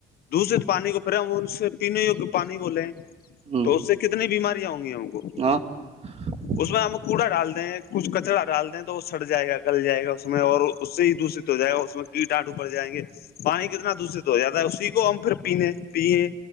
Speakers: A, on the left; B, on the right.
A: دشت پانی کو پھرے ہم ان سے پینے پانی کو لیں
B: ہوں
A: تو اس سے کتنی بیماریاں ہوں گی ہم کو
B: ہاں <unintelligible>
A: اس میں ہم کوڑا ڈال دیں کچھ کچرا ڈال دیں تو وہ سڑٹ جائے گا کل جائے گا اس میں اور اس سے ہی دوسے ہو جائے گا اس میں کیٹاٹو پڑ جائیں گے پانی کتنا دشت ہو جاتا ہے اسی کو ہم پھر پینے پییں